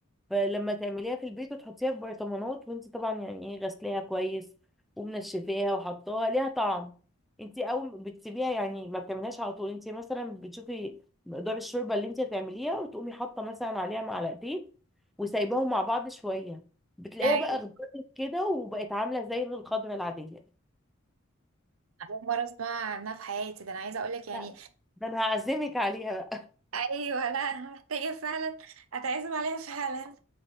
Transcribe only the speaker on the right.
ايوه
اول مره اسمع عنها في حياتي ده انا عايزه اقول لك يعني
ايوه لا انا محتاجه فعلا اتعزم عليها فعلا